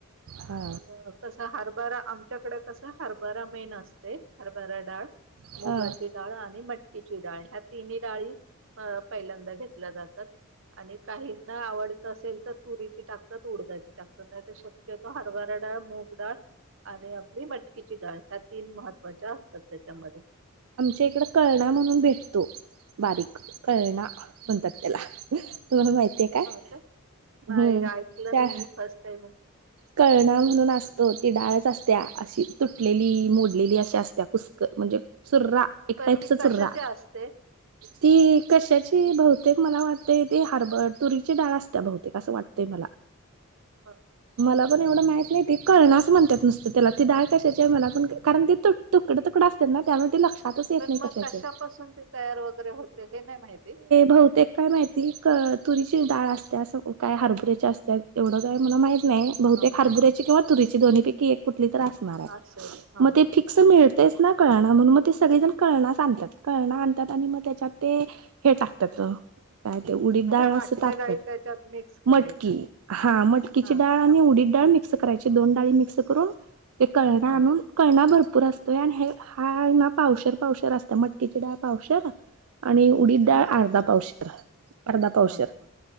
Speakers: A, on the right; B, on the right.
A: हा
B: आणि कस हरभरा आमच्याकडे कसं हरभरा मेन असते हरभरा डाळ
A: हा
B: मुगाची डाळ आणि मटकीची डाळ ह्या तिन्ही डाळी पहिल्यांदा घेतल्या जातात आणि काहीना आवडत असेल तर तुरीची टाकतात उडजाची टाकतात नाही तर शक्यतो हरभार डळ मग डाळ आणि आपली मटकीची डाळ ह्या तीन महत्त्वाच्या असतात त्याच्यामध्ये
A: आमच्या इकड कळणा म्हणून भेटतो बारीक कळणा म्हणतात त्याला तुम्हाला माहिती आहे काय
B: हो का नाही
A: हम्म
B: ऐकलं
A: त्या
B: नाही मी फर्स्ट टाइम
A: कळणा म्हणून असतो ती डाळच असत्या अशी तुटलेली मोडलेली अशा असत्या कुसक म्हणजे चुर्रा एक
B: पण
A: टाईपच
B: ती कशाची
A: चुर्रा
B: असते
A: ती कशाची भती प्र्येक मला वाटते ते हार्बर तुरीची डाळ असत बहुतेक असं वाटतेय मला
B: हा
A: मला पण एवढं माहित नाही ते कळणचं म्हणतात नसतं त्याला तीडळ कशाची आहे मला पण कारण ती तुट तुकड अस ना त्यामध्ये लक्ष ेत
B: पण
A: नाही
B: मग
A: क
B: कशापासून ती तयार वगैरे होते हे नाही माहिती
A: बहूतेक काय माहिती तुरीचीडाळ असतते त्यास काय हारबुऱ्याचे असतात एवढं काय म्हणा माहीत नाही बहुतेक
B: हा
A: हारबुऱ्याची
B: हा
A: किंवा तुरी ै कुठ तर असणार
B: असेल हा
A: मग ते फिक् मि तेच ना कळण म्हणून मग ते सगळेजण कळणच आणतात कळणं आणतात आणि मग त्याच्यात ते हे टाकतात काय ते उडी
B: मग
A: डाळ
B: ह्या बाकीच्या
A: अस टाकतात
B: डाळी त्याच्यात मिक्स करायच्या
A: मटकी हा म
B: हा
A: उडी डा मिक्स करायची दोन डाळी म्स करून क आण
B: हा
A: क भर भपूर असतोय आणि हा पावशर पावसर असत मटकीची डाळ पावसर आणि उडीद
B: रवी
A: डाळ
B: उडदाचे
A: अर्धा पावशर अर्धा पावशर
B: हा हा